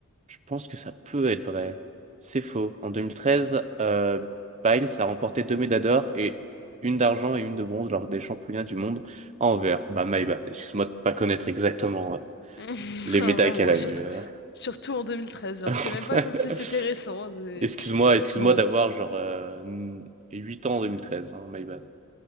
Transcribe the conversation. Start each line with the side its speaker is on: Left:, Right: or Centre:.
Right: Je pense que ça peut être vrai. C'est faux. En 2013, euh, Biles a remporté deux médailles d'or et une d'argent et une de bronze lors des championnats du monde à Anvers. Bah, my bad. Excuse-moi de pas connaître exactement euh,
Left: <laughs>
Right: les
Left: Vraiment,
Right: médailles qu'elle a
Left: surtout,
Right: eues. euh.
Left: surtout en 2013. Genre,
Right: <laughs>
Left: c'est même pas comme si c'était récent. c'est-
Right: Excuse-moi, excuse-moi
Left: Bon,
Right: d'avoir genre euh, 8 ans en 2013, hein, my bad.